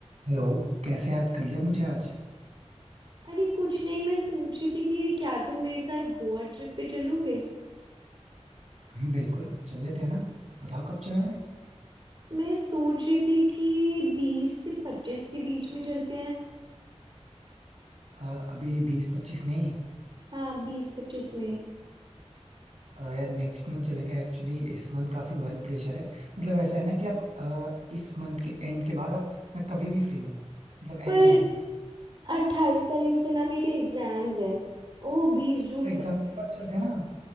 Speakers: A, on the right; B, on the right.
A: Hello कैसे याद कर लिया मुझे आज
B: अरे कुछ नहीं मैं सोच रही थी कि क्या तुम मेरे साथ गोवा ट्रिप पे चलोगे
A: हाँ बिल्कुल चल लेते हैं ना बताओ कब चलना है
B: मैं सोच रही थी कि बीस से पच्चीस के बीच में चलते हैं
A: अ, अभी बीस पच्चीस में
B: हाँ बीस पच्चीस में
A: अ, यार नेक्स्ट मंथ चलेंगे एक्चुअली इस मंथ काफी वर्क प्रेशर है मतलब ऐसा है ना कि अब अ, इस मंथ के एंड के बाद अब मैं कभी भी फ्री हूँ मतलब एनी
B: पर
A: टाइम
B: अट्ठाईस तारीख से ना मेरे एग्जाम्स हैं ओ बीस जून
A: तो एग्जाम्स
B: तक
A: के
B: चलेंगे
A: बाद चलते हैं ना